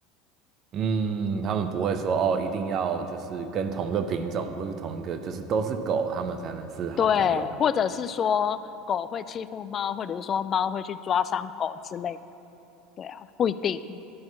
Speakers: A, on the right; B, on the left.
A: 嗯，他们不会说哦，一定要就是跟同个品种或是同一个就是都是狗，他们才能是好朋友。
B: 对，或者是说狗会欺负猫，或者是说猫会去抓伤狗之类的。对啊，不一定。